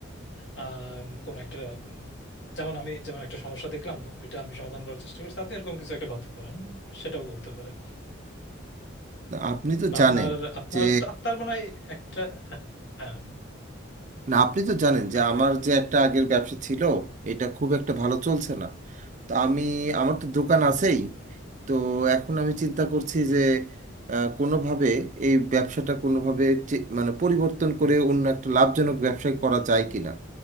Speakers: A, on the left; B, on the right.
A: আহ কোন একটা উম, যেমন আমি যেমন একটা সমস্যা দেখলাম ওইটা আমি সমাধান করার চেষ্টা করছি আপনি এরকম কিছু একটা ভাবতে পারেন সেটাও হতে পারে
B: আপনি তো
A: বা
B: জানেন
A: আপনার আপনার
B: যে
A: আপনার মনে হয় একটা হ্যাঁ
B: না আপনি তো জানেন
A: হ্যাঁ
B: যে
A: ভাই
B: আমার
A: বলুন
B: যে একটা আগের ব্যবসা ছিল এটা খুব একটা ভালো চলছে না তো আমি আমার তো দোকান
A: হ্যাঁ
B: আছেই তো এখন আমি চিন্তা করছি যে আহ, কোনোভাবে এই ব্যবসাটা কোনোভাবে চে- মানে পরিবর্তন করে অন্য একটা লাভজনক ব্যবসায় করা যায় কিনা